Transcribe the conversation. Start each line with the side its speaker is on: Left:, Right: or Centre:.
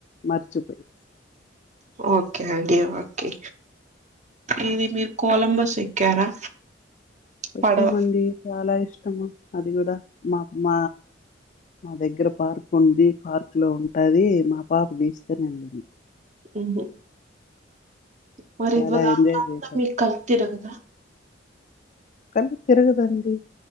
Left: మరిచిపోయి
Right: ఓకే అండి ఒకే ఇది మీరు కొలంబస్ ఎక్కారా
Left: ఎక్కామండి
Right: పడవ
Left: చాలా ఇష్టము అది కూడా మా అమ్మ మా దగ్గర పార్క్ ఉంది పార్క్ లో ఉంటది మా పాప తీసుకెళ్ళింది
Right: ఏందో <unintelligible>
Left: చాలా ఎంజాయ్ చేశాం కళ్ళు తిరగదండి